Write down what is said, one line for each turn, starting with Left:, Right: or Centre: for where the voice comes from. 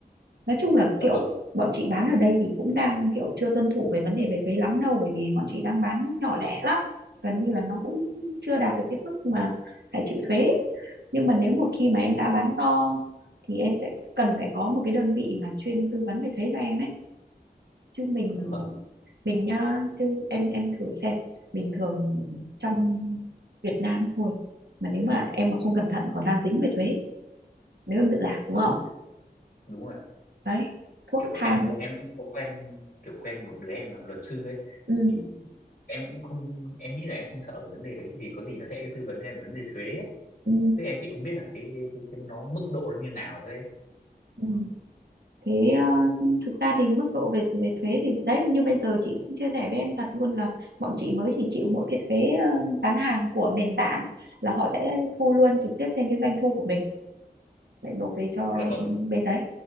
Right: nói chung là
Left: dạ
Right: kiểu
Left: vâng,
Right: bọn chị bán ở đây thì cũng đang kiểu chưa tuân thủ về vấn đề về thuế lắm đâu bởi vì bọn chị đang bán nhỏ lẻ lắm gần như là nó cũng chưa đạt được cái mức mà phải chịu thuế nhưng mà nếu một khi mà em đã bán to thì em sẽ cần phải có một cái đơn vị mà chuyên tư vấn về thuế cho em ấy chứ mình
Left: dạ vâng,
Right: mình nha, chứ em em thử xem bình thường trong Việt Nam thôi mà nếu mà em mà không cẩn thận còn đang dính về thuế nếu em tự làm đúng
Left: đúng
Right: không
Left: rồi, ạ, đúng rồi. ạ.
Right: đấy thuốc
Left: Kiểu
Right: thang
Left: em
Right: các
Left: em cũng có quen kiểu quen một đứa em là luật sư ấy
Right: ừ,
Left: thì em cũng không em nghĩ là em không sợ về vấn đề đấy thì có gì nó sẽ tư vấn cho em vấn đề thuế ấy.
Right: ừ,
Left: Tức em chỉ không biết là cái cái, cái, cái nó mức độ nó như nào thôi ấy.
Right: ừ. thế ờ, thực ra thì mức độ về về thuế thì đấy như bây giờ chị cũng chia sẻ với em thật luôn là bọn chị mới chỉ chịu mỗi cái thuế ờ, bán hàng của nền tảng là họ sẽ thu luôn trực tiếp trên cái doanh thu của mình để nộp về cho
Left: Dạ vâng,
Right: bên đấy